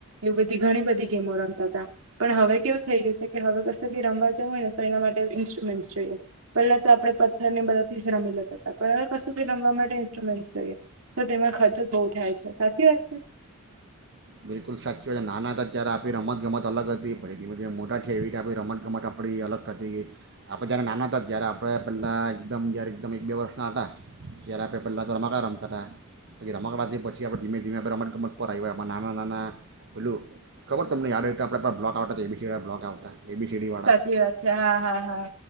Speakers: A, on the right; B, on the right.
A: એવી બધી ઘણી બધી ગેમો રમતા હતા પણ હવે કેવું થઈ ગયું છે કે હવે કશું ભી રમવા જવું હોય ને તો એના માટે ઈન્સ્ટ્રુમેન્ટ્સ જોઈએ પહેલા તો આપણે પથ્થરને બધા જ રમી લેતા હતા પણ હવે કશું ભી રમવા માટે ઈન્સ્ટ્રુમેન્ટ જોઈએ તો તેમાં ખર્ચો જ બહુ થાય છે સાચી વાત છે
B: બિલકુલ સાચી હો છે નાના હતા ત્યારે આપણી રમતગમત અલગ હતી પછી ધીમે ધીમે મોાઠી આવી હતી આપણી રમત ગમત આપણી અલગ થતી આપણે જ્યારે નાના હતા ત્યારે આપણે પહેલા એકદમ જ્યારે એકદમ એક બે વર્ષના હતા ત્યારે આપણે પહેલા રમકડા રમતા હતા પછી રમકડાથી પછી આપણે ધીમે ધીમે આપ રમત ગમત પર આવી આપણે નાના નાના નાના પેલું ખબર તમને યાદ રહેતે આપણા બ્લોક આવતા હતા એ બીસીવાળા બ્લોક આવતા એબીસીડીવાળા
A: સાચી વાત છે હા હા હા